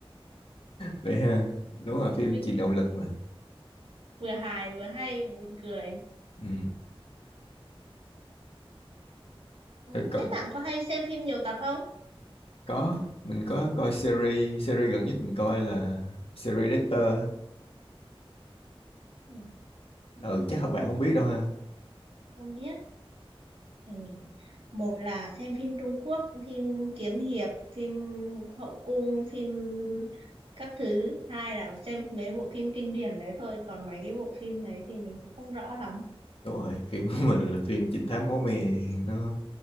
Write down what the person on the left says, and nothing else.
vậy ha đúng là phim
truyền động lực mà
ừ.
Rồi Có,
có mình có coi series series gần nhất mình coi là series Dexter
ừ chắc
các bạn
không
biết đâu ha
đúng rồi phim của mình là phim trinh thám máu me nó